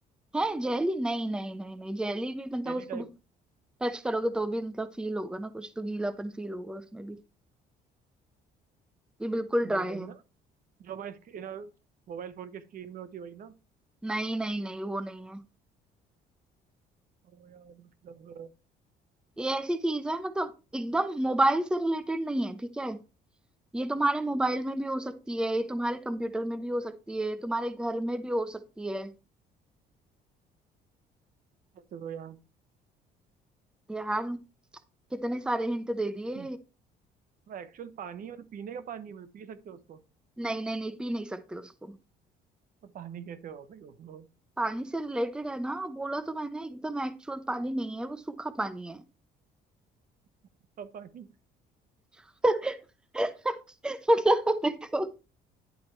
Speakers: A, in the centre; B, on the right.
A: है जेली नहीं नहीं नहीं नहीं जेली भी मतलब
B: जेली
A: उसको भी टच करोगे तो भी मतलब फील होगा ना कुछ तो गीलापन फील होगा उसमें भी ये बिल्कुल
B: नहीं
A: ड्राई
B: वही
A: है
B: ना जो हमारे स्क्रीन मोबाइल फोन की स्क्रीन में होती है वही ना
A: नहीं नहीं नहीं वो नहीं है
B: तो यार मतलब
A: ये ऐसी चीज है मतलब एकदम मोबाइल से रिलेटेड नहीं है ठीक है ये तुम्हारे
B: हम्म,
A: मोबाइल में भी हो सकती है ये तुम्हारे कंप्यूटर में भी हो सकती है तुम्हारे घर में भी हो सकती है
B: ऐसे तो यार
A: यार कितने सारे हिंट दे दिए
B: नहीं वो एक्चुअल पानी मतलब पीने का पानी है, मतलब पी सकते हो उसको
A: नहीं नहीं नहीं पी नहीं सकते उसको
B: तो पानी कैसे हो भाई वो
A: पानी से रिलेटेड है ना बोला तो मैंने एकदम एक्चुअल पानी नहीं है वो सूखा पानी है
B: उसका पानी
A: <laughs> मतलब देखो